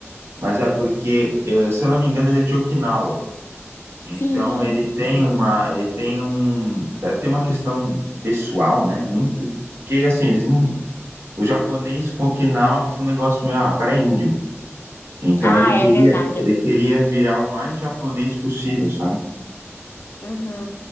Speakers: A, on the left; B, on the right.
A: sim.
B: mas é porque, eh, se eu não me engano, ele é de Okinawa. Então
A: Sim,
B: ele tem
A: é.
B: uma, ele tem um, deve ter uma questão pessoal, né, muito, porque assim, eles não, o japonês com Okinawa fica um negócio meio, ah, o cara é índio. Então
A: Ah,
B: ele queria,
A: é verdade.
B: ele queria virar o mais japonês possível, sabe?
A: Uhum.